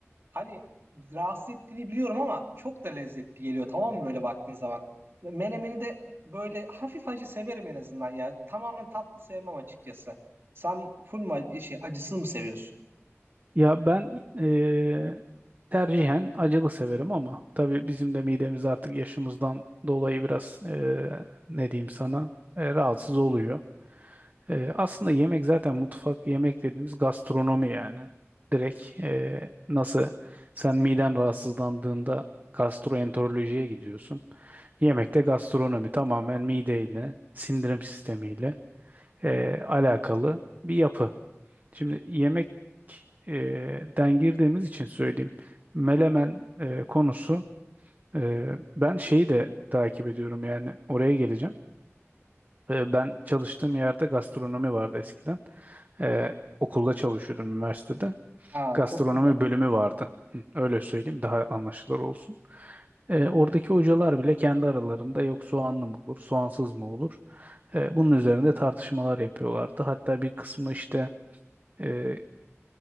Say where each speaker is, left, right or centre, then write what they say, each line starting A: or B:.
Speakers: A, on the right; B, on the right.
A: Hani rahatsız ettiğini biliyorum ama çok da lezzetli geliyor tamam mı böyle baktığın zaman. Ve Menemeni de böyle hafif acı severim en azından yani. Tamamen tatlı sevmem açıkçası. Sen full mu acı- şey, acısız mı seviyorsun?
B: Ya ben eee, tercihen acılı severim ama tabii bizim de midemiz artık yaşımızdan dolayı biraz eee, ne diyeyim sana eee, rahatsız oluyor. Eee, aslında yemek zaten mutfak yemek dediğimiz gastronomi yani. Direkt eee, nasıl sen miden rahatsızlandığında gastroenterolojiye gidiyorsun. Yemekte gastronomi tamamen mideyle, sindirim sistemiyle eee, alakalı bir yapı. Şimdi yemek e, den girdiğimiz için söyleyeyim. Melemen e, konusu e, ben şeyi de takip ediyorum yani oraya geleceğim. E, ben çalıştığım yerde gastronomi vardı eskiden. E, okulda çalışıyordum üniversitede.
A: Ha
B: Gastronomi
A: çok güzel.
B: bölümü vardı. Hı, Öyle söyleyeyim daha anlaşılır olsun. E, oradaki hocalar bile kendi aralarında yok soğanlı mı olur, soğansız mı olur? E, bunun üzerinde tartışmalar yapıyorlardı. Hatta bir kısmı işte e,